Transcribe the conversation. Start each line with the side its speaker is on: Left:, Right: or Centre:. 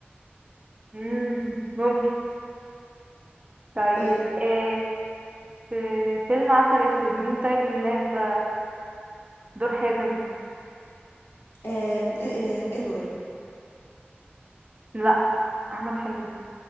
Right: مم، ممكن طيب
Left: طيب
Right: آه، في فيلم عسل اسود مين طيب اللي لعب دور حازم
Left: أم... إ- إ- ادوارد
Right: لا احمد حلمي